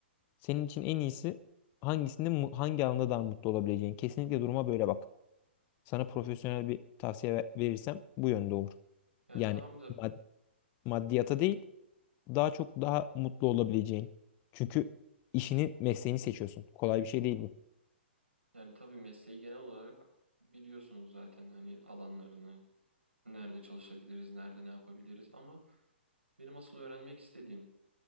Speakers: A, on the left; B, on the right.
A: senin için en iyisi hangisinde mu- hangi alanda daha mutlu olabileceğin. Kesinlikle duruma böyle bak. Sana profesyonel bir tavsiye ver- verirsem bu yönde olur.
B: Yani
A: Yani
B: tamam da
A: mad- maddiyata değil daha çok daha mutlu olabileceğin. Çünkü işini, mesleğini seçiyorsun. Kolay bir şey değil bu.
B: Yani tabii mesleği genel olarak biliyorsunuz zaten hani alanlarını, nerede çalışabiliriz, nerede ne yapabiliriz ama benim asıl öğrenmek istediğim,